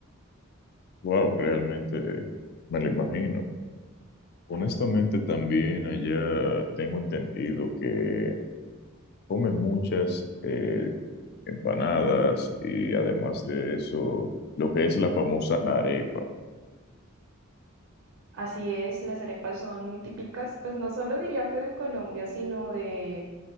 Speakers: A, on the left; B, on the right.
A: Wow, realmente me lo imagino. Honestamente, también allá tengo entendido que comen muchas eh, empanadas y además de eso, lo que es la famosa arepa.
B: Así es, las arepas son muy típicas, pues no solo diría que de Colombia, sino de